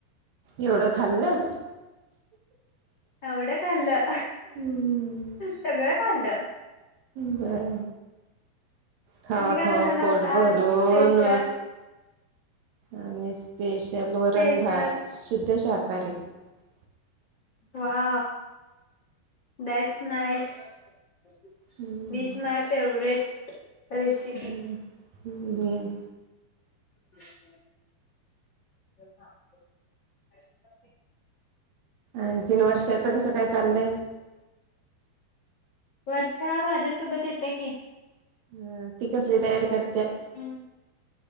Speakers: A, on the right; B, on the left.
A: एवढं खाल्लंस.
B: एवढं खाल्लं
A: हम्म
B: सगळं. खाल्ल.
A: बर खावा-खावा
B: तुम्ही काय बनवला
A: पोट
B: होता
A: भरून.
B: आज स्पेशल
A: आणि स्पेश तेल
B: स्पेशल
A: वरण-भात शुद्ध शाका काररे <unintelligible>
B: वा दटस नाईस <unintelligible>
A: हम्म
B: दिस माय फेवररेट. <unintelligible> रेसिपी.
A: हम्म हम्म
B: <inaudible> <inaudible>
A: आणखीन वर्षाच कसं काय चाललंय?
B: वर्षा माझ्यासोबत येत्या की.
A: हं ती कसली तयारी कर
B: हम्म.